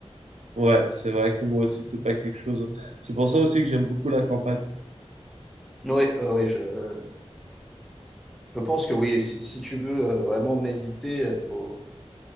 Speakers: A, on the right; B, in the centre.
A: Ouais, c'est vrai que moi aussi, c'est pas quelque chose. C'est pour ça aussi que j'aime beaucoup la campagne.
B: Hein. Ouais, ouais, ouais, je, je pense que oui. Si, si tu veux euh, vraiment méditer, euh, faut,